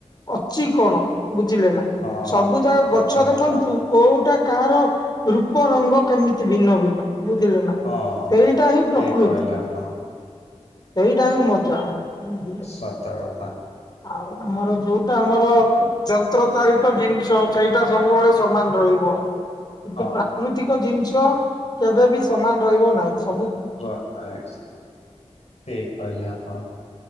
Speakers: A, on the left (about 35°); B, on the left (about 70°).
A: ଅଛି କଣ ବୁଝିଲେ ନା?
B: ହଁ
A: ସବୁ ଯାଗା
B: ସତ
A: ଗଛ
B: କଥା
A: ଦେଖନ୍ତୁ କୋଉଟା କାର ରୂପ ରଙ୍ଗ କେମିତି ଭିନ୍ନ ଭିନ୍ନ ବୁଝିଲେ ନା? ସେଇଟା
B: ହଁ
A: ହିଁ ପ୍ରକୃତି
B: ଠିକ କହିଲେ ଆପଣ
A: ସେଇଟା ହିଁ ମଜା। ବୁଝିଲେ
B: ସତ କଥା।
A: ଆଉ ଆମର ଯୋଉଟା ଆମର ଯନ୍ତ୍ରଚାଳିତ ଜିନଷ ସେଇଟା ସବୁବେଳେ ସମାନ ରହିବ କିନ୍ତୁ
B: ହଁ
A: ପ୍ରାକୃତିକ ଜିନିଷ କେବେ ବି ସମାନ ରହିବ ନାହିଁ ସ୍
B: <unintelligible> ଠିକ କହିଲେ ଆପଣ